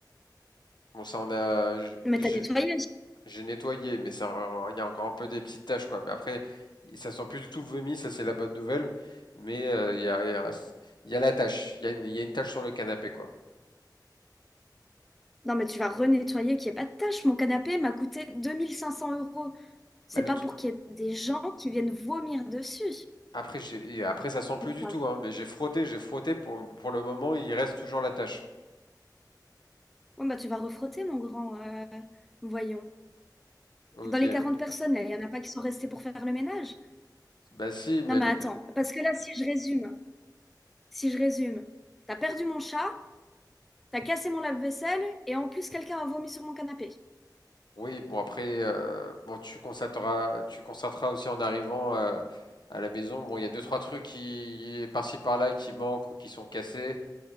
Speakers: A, on the left (about 75°); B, in the centre.
A: Bon, ça, on a,
B: Mais
A: j'ai
B: t'as nettoyé.
A: j'ai- nettoyé, mais ça, il y a encore un peu des petites taches, quoi. Mais après, ça sent plus du tout le vomi, ça, c'est la bonne nouvelle. Mais euh, il y a, il y a, il y a la tache, il y a une, il y a une tache sur le canapé, quoi.
B: Non, mais tu vas renettoyer qu'il n'y ait pas de tâche. Mon canapé m'a coûté 2500 euros. C'est
A: Bah, le
B: pas
A: t-
B: pour qu'il y ait des gens qui viennent vomir dessus.
A: après, j'ai, et après, ça sent plus
B: Mais
A: du
B: ça
A: tout,
B: va.
A: hein. Mais j'ai frotté, j'ai frotté pour, pour le moment, il reste toujours la tache.
B: Ouais, bah, tu vas refrotter, mon grand. euh, Voyons.
A: Ok.
B: Dans les 40 personnes, là, il n'y en a pas qui sont restées pour faire le ménage.
A: Bah si, mais
B: Non, mais
A: le,
B: attends. Parce que là, si je résume, si je résume, t'as perdu mon chat, t'as cassé mon lave-vaisselle, et en plus, quelqu'un a vomi sur mon canapé.
A: oui, bon après, euh, bon tu constateras, tu constateras aussi en arrivant euh, à la maison. Bon, il y a deux trois trucs qui par-ci par-là qui manquent ou qui sont cassés.